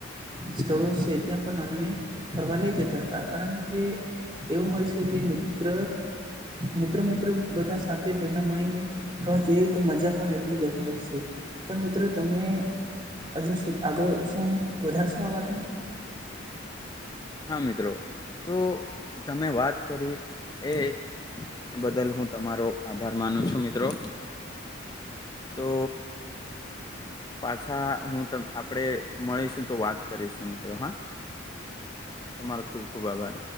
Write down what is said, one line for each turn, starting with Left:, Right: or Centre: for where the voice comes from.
Right: સ્થળો છે ત્યાં પણ અમને ફરવા લઈ જતા હતા કારણ કે એવું હોય છે કે મિત્ર મિત્ર મિત્ર બધા સાથે ભેગા મળીને હ જઈએ તો મજા પણ એટલી જ આવતી હોય છે તો મિત્રો તમે હજુ આગળ શું વધારશો આ વાતને
Left: હા મિત્રો તો તમે વાત કરી એ બદલ હું તમારો આભાર માનું છું મિત્રો તો પાછા હું ત આપડે મળીશું તો વાત કરીશું મિત્રો હા તમારો ખૂબ ખૂબ આભાર